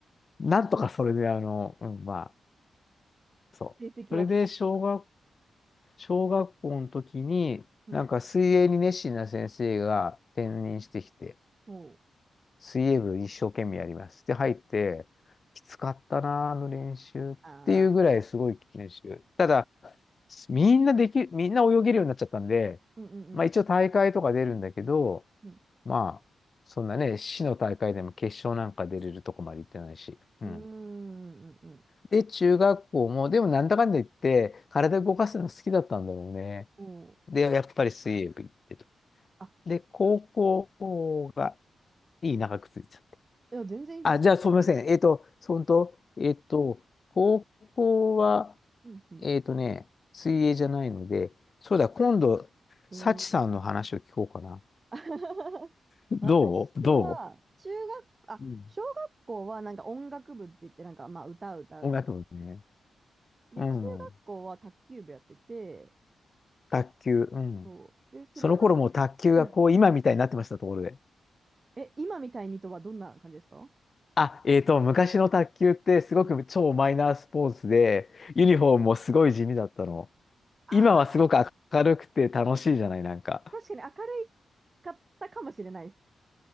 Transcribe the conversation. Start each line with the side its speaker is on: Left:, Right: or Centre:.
Left: う。なんとかそれで、あの、うん、まあ、そう。
Right: 成績は保っ
Left: それで、小学小学校の時に、
Right: うん。
Left: なんか水泳に熱心な先生が転任してきて、
Right: おお。
Left: 水泳部一生懸命やります。で、入って、きつかったな、あの練習っていうぐらいすごい練習。
Right: ああ。
Left: ただ、みんなでき、みんな泳げるようになっちゃったんで、
Right: うんうん
Left: まあ一応大会とか出るんだけど、
Right: うん。うん。
Left: まあ、そんなね、市の大会でも決勝なんか出れるとこまで行ってないし。うん。
Right: うーんうんうん。
Left: で、中学校も、でもなんだかんだ言って、体動かすの好きだったんだろうね。
Right: おお。
Left: で、やっぱり水泳部行ってと。
Right: あ
Left: で、高校が、いい長くついちゃった。
Right: いや、全然いいです。
Left: あ、じゃあ、すみません。えっと、そんと、えっと、高校は、
Right: うんうん。
Left: えっとね、水泳じゃないので、そうだ、今度、
Right: うん
Left: サチさんの話を聞こうかな。
Right: <laughs>。
Left: どうど
Right: 私は、中学、あ、
Left: ううん
Right: 小学校はなんか音楽部って言って、なんかまあ歌を歌うみたい
Left: 音楽部ね。
Right: な。
Left: うん。
Right: で、中学校は卓球部やってて、
Left: 卓球。うん。
Right: そう。で、それ入っ
Left: その頃もう卓球がこう、
Right: うん。
Left: 今みたいになってました、ところで。
Right: え、今みたいにとはどんな感じですか
Left: あ、えっと、昔の卓球ってすごく超マイナースポーツで、
Right: うん
Left: ユニフォームもすごい地味だったの。
Right: あ
Left: 今はすごく明るくて楽しいじゃない、なんか。
Right: ー、確かに明るいかったかもしれないです。